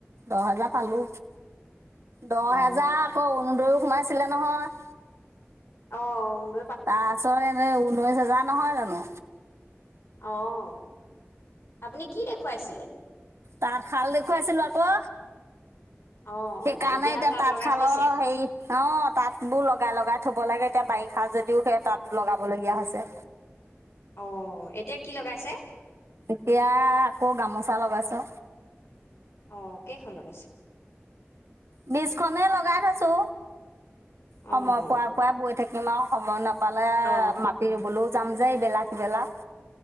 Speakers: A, on the right; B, on the left.
A: দহ হেজাৰ পালো, দহ
B: অ
A: হেজাৰ আকৌ অৰুণুদয়ো সোমাইছিলে নহয়।
B: অঁ অঁ।
A: <unintelligible> দইছ হেজাৰ নহয় জানো।
B: অঁ, আপুনি কি দেখুৱাইছিলে।
A: তাত শাল দেখুৱাইছিলো আকৌ।
B: অ
A: সেইকাৰণে এতিয়া
B: তাত
A: তাঁতশালৰ
B: লগাই থৈছে
A: হেৰি অঁ তাঁত বোৰ লগাই লগাই থব লাগে এতিয়া বাৰিষা যদিও সেইয়া তাঁত লগাবলগীয়া হৈছে।
B: অঁ, এতিয়া কি লগাইছে।
A: এতিয়া আকৌ গামোচা লগাইচো।
B: অঁ, কেইখন লগাইছে।
A: বিছ খনে লগাই থৈছো। সময়
B: অ অ
A: <unintelligible> পৰা বৈ। থাকিম আৰু সময় নাপ পালে
B: অ
A: মাতি বোলো যাম যেই বেলাকবেলাক।